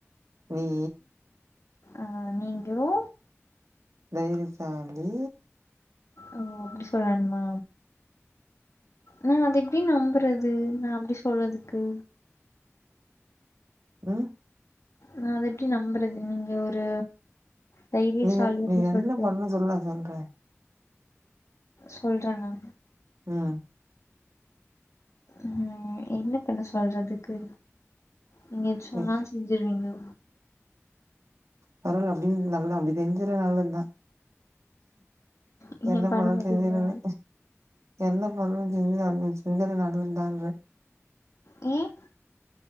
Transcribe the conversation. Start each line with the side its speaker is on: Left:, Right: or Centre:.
Right: நீ
Left: ஆ நீங்கோ
Right: தைரியசாலி
Left: ஓ அப்டி சொல்லன்மா நா அத எப்டி நம்புறது நா அப்டி சொல்லதுக்கு
Right: ம்
Left: ந அத எப்டி நம்புறது நீங்க ஒரு தைரியசாலின்னு
Right: நீ நீ
Left: சொல்ட்டு
Right: என்ன பண்ணு சொல்லு நா சொல்ற
Left: சொல்றானா
Right: ம்
Left: ம் என்ன பண்ண சொல்றதுக்கு நீங்க எது சொன்னாலு
Right: நீ
Left: செஞ்சிருவீங்கோ
Right: பரவால அப்டின் நல்லா அப்டி தெரிஞ்சது நல்லத்தா
Left: நீங்க
Right: என்ன
Left: பண்ண
Right: பண்ணாலு
Left: மாட்டீங்களா?
Right: தெரிஞ்சிருமே என்ன பண்ணு செஞ்சு ஆகுனு சுந்தரு நடுல் இருந்தாய்ங்க
Left: ம்